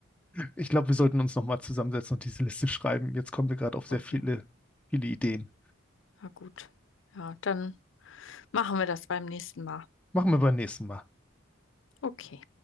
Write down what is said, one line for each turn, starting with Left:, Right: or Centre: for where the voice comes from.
Centre: ich glaube, wir sollten uns nochmal zusammensetzen und diese Liste schreiben. Jetzt kommen wir gerade auf sehr
Left: Okay,
Centre: viele, viele Ideen.
Left: na gut. Ja, dann machen wir das beim nächsten Mal.
Centre: Machen wir beim nächsten Mal.
Left: Okay.